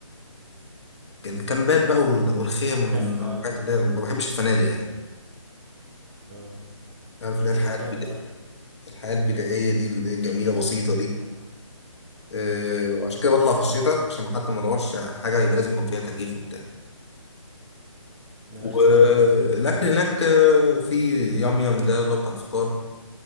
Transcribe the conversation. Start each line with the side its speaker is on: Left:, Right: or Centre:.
Left: في الكامبات بقى وال- والخيم
Right: كم بقى
Left: والحاجات اللي هي ما بحبش الفنادق يعني
Right: ايوه
Left: عارف اللي هي
Right: هي
Left: الحياه
Right: دهب
Left: البدائيه
Right: تحفة
Left: الحياه البدائيه دي اللي هي جميله بسيطه دي آه،
Right: هي
Left: وعشان كده بطلع في الشتاء عشان حتى ما ادورش على حاجه يبقى لازم يكون فيها تكييف وبتاع
Right: ده
Left: والاكل
Right: اختيار حلو ده
Left: هناك آه، في يام يام ده اللي هو بتاع الفطار